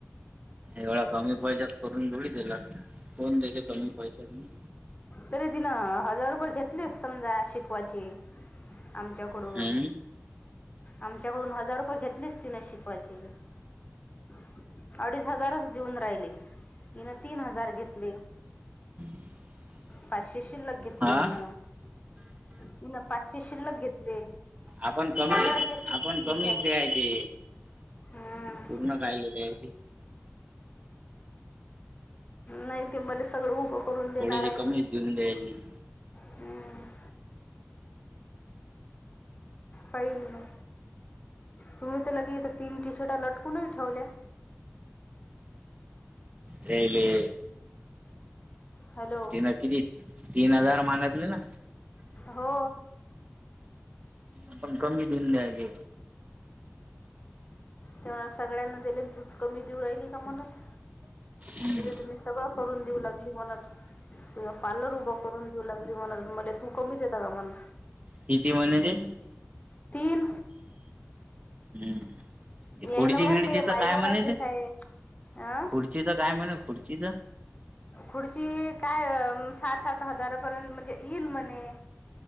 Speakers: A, on the right; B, on the left.
A: एवढ कमी पैशात करून थोडी दिला, कोण देत्यात कमी पैशातनी.
B: तरी ती नं हजार रुपये घेतलेच समजा शिकवायचे आमच्याकडून,
A: हम्म
B: आमच्याकडून हजार रुपये घेतलेच तिने शिकवायचे. <unintelligible> जार देऊन राहिले तिनं, तीन हजार घेतले.
A: <inaudible>
B: पाचशे शिल्लक घेतली
A: हा
B: हिन, हिन पाचशे शिल्लक घेतले.
A: आपण कमी,
B: पंधराशे
A: आपण
B: किट
A: कमीच
B: आहे
A: द्यायचे,
B: हम्म
A: पूर्ण कायले द्यायचे.
B: नाही ते मला सगळं उभं करून देणार
A: थोडेसे
B: हाय
A: कमीच
B: ना.
A: देऊन द्यायचे
B: हम्म, पहिल ना. तुम्ही तर लगे इथं तीन टी शर्टा लटकू नही ठेवल्या.
A: तेले,
B: हॅलो
A: तिनं किती, तीन हजार माणतले ना?
B: हो.
A: आपण कमी देऊन द्याची.
B: तेव्हा, सगळ्यांना दिलेन तूच कमी देऊ राहिली म्हणत.
A: हम्म
B: पुढं तुम्ही सगळं करून देऊ लागली म्हणत, तुझ पार्लर उभं करून देऊ लागली म्हणत, मले कमी देता का म्हण
A: किती म्हनते?
B: तीन
A: हम्,
B: येईन
A: खुडची
B: भरले
A: -गिडची तर
B: माय
A: काय
B: भरायचेच
A: म्हणे ते,
B: आहे अं
A: खुची ति तर काय म्हणे खुडचीच?
B: खुढची, काय सात -सात हजारापर्यंत म्हणजे येईल म्हण नही,